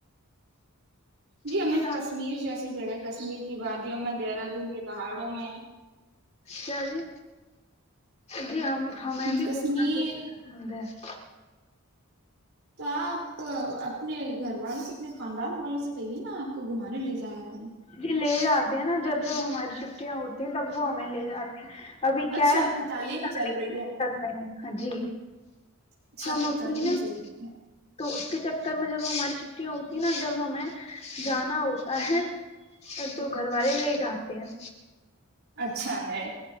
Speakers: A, on the right; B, on the left.
A: جییں
B: جی ہم
A: کشمیر جیسی جگہ ہے کشمیر کی بات د ہ میں دہرادون کے پہاڑوں میں
B: کیا جی جی ہم ہمیں بھی
A: کشمیر
B: گھومنا ب پسند ہے <inaudible>
A: تو آپ اپنے گھر والوں سے اپنے خاندان والوں سے کہیے نا آپ کو گھمانے لے جایا کریں
B: جی لے آا <unintelligible> نا جب جب ہماری چھٹیاں ہوتی ہیں تب وہ ہمیں لے جاتے ہیں ابھی
A: اچھا
B: کیا ہے
A: آپ
B: ہم
A: کی
B: اپنی
A: تعلیم چل رہی ہے
B: کر رہے ہیں ہاں جی
A: اچھا
B: ہم
A: آپ کی
B: ا اپنی
A: تعلیم
B: نا
A: چل رہی ہے
B: تو اس کے چکر میں جب ہماری چھٹیاں ہوتی ہیں نا جب ہمیں جانا ہوتا ہے تو گھر والے لے جاتے <inaudible>
A: اچھا ہے